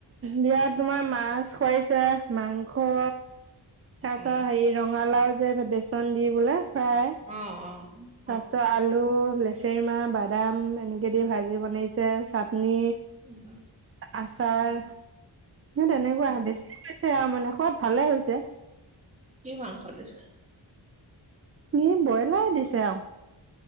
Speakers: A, on the right; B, on the right.
A: বিয়াত তোমাৰ মাছ খুৱাইছে, মাংস। তাৰ পিছত
B: অ
A: হেৰি ৰঙালাও যে বেচন দি পেলাই ফ্ৰাই।
B: অ' অ'।
A: তাৰপিছত আলু, লেচেৰি মাহ, বাদাম, এনেকে দি ভাজি বনাইছে, চাটনি
B: উম
A: আচাৰ,
B: উম
A: সেই তেনেকুৱাই
B: উম
A: বেছি আৰু মানে সোৱাদ ভালে হৈছে।
B: কি মাংস দিছে?
A: এই ব্ৰইলাৰ দিছে আৰু।